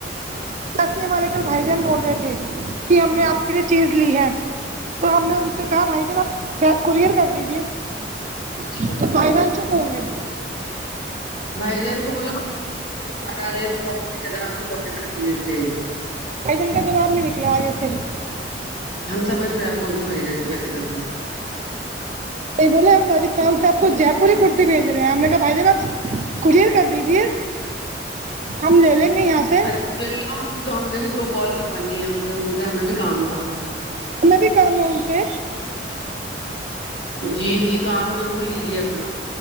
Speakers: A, on the right; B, on the left.
A: س یہ ہمارے کل بھائی جان بول رہے تھے کہ ہم نے آپ کے لیے چیز لی ہے تو ہم نے ان سے کہا بھائی جان آپ کورئر کر دیجے
B: اچھا
A: تو بھائی جان چپ ہوگے
B: بھائی جان کو بولا باہ آ رہے ہیں تو زدہ آپ کی پاکٹ کرتی
A: بھائی جان کا جواب نہیں نکلا آ گے پھر
B: ہم سمج گئے آپ کون سے بھائی جان کی بات کر رہے ہیں
A: بولے ہم رجستھان سے آپ کو جے پوری کرتی بھیج رہے ہیں ہم نے کہا بھائی جان کوریئر کر دیجیے ہم لے لیں گے یہاں سے
B: ان سے تو ہم نے بھی دو کال کروانی ہے ان سے ان سے ہمیں بھی کام تھا
A: ہم بھی کام ہے ان سے
B: جی جی کام ضرور لیجیے اپنا